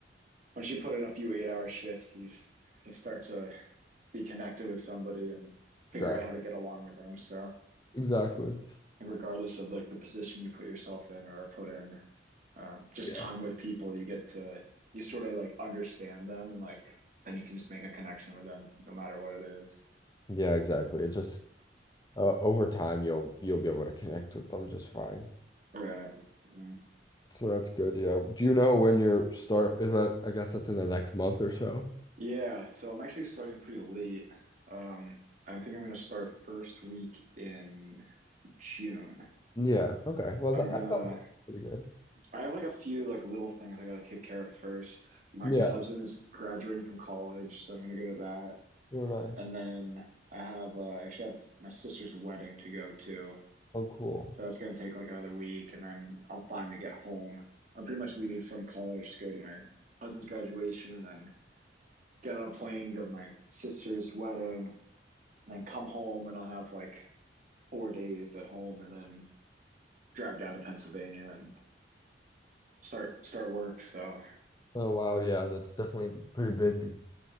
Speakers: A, on the right; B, on the left.
A: once you put in a few eight hour shifts, you just start to be connected with somebody and figure
B: exactly.
A: out how to get along with them. So
B: Exactly.
A: regardless of like the position you put yourself in or put in, um, just
B: Yeah.
A: time with people, you get to you sort of like understand them and like then you can just make a connection with them no matter what it is.
B: Yeah, exactly. It just uh, over time you'll you'll be able to connect with them just fine.
A: Right. Mm.
B: So that's good. Yeah. Do you know when your start is that I guess that's in the next month or so?
A: Yeah. So I'm actually starting pretty late. Um, I think I'm gonna start first week in June.
B: Yeah. Okay. Well,
A: I'm
B: that,
A: gonna
B: I thought pretty good.
A: I have like a few like little things I gotta take care of first. My
B: Yeah.
A: cousin is graduating from college, so I'm gonna go to that.
B: You're nice.
A: And then I have uh, I actually have my sister's wedding to go to.
B: Oh, cool.
A: So that's gonna take like another week and then I'll finally get home. I'm pretty much leaving from college to go to my cousin's graduation and then get on a plane, go to my sister's wedding, and then come home and I'll have like four days at home and then drive down to Pennsylvania and start start work. So
B: Oh wow, yeah, that's definitely pretty busy.